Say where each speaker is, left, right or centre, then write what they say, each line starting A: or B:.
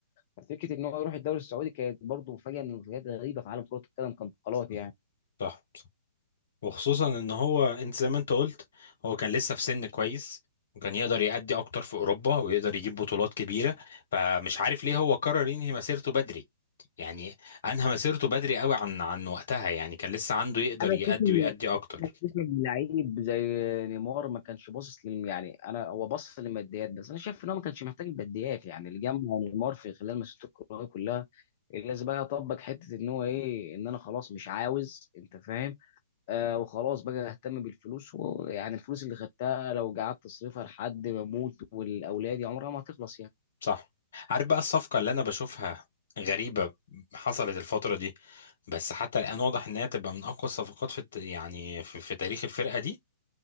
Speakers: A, on the left; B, on the left.
A: ففكره ان هو يروح الدوري السعودي كانت برضه مفاجاه من المفاجآت الغريبه في عالم كره القدم كانتقالات
B: صح
A: يعني
B: صح, صح. وخصوصا ان هو انت زي ما انت قلت هو كان لسه في سن كويس وكان يقدر يأدي اكتر في اوروبا ويقدر يجيب بطولات كبيره فمش عارف ليه هو قرر ينهي مسيرته بدري يعني انهى مسيرته بدري قوي عن عن وقتها يعني كان لسه عنده يقدر
A: انا
B: يأدي
A: اشوف ان
B: ويأدي اكتر
A: انا اشوف ان لعيب زي نيمار ما كانش باصص لل يعني انا هو باصص للماديات بس انا شايف ان هو ما كانش محتاج الماديات يعني اللي جمع نيمار في خلال مسيرته الكرويه كلها اللي لازم بقى اطبق حته ان هو ايه ان انا خلاص مش عاوز انت فاهم آه وخلاص بقى اهتم بالفلوس ويعني الفلوس اللي خدتها لو قعدت تصرفها لحد ما اموت والاولاد عمرها ما هتخلص يعني
B: صح عارف بقى الصفقة اللي أنا بشوفها غريبة حصلت الفترة دي بس حتى الآن واضح إنها تبقى من أقوى الصفقات في الت- يعني في, في تاريخ الفرقة دي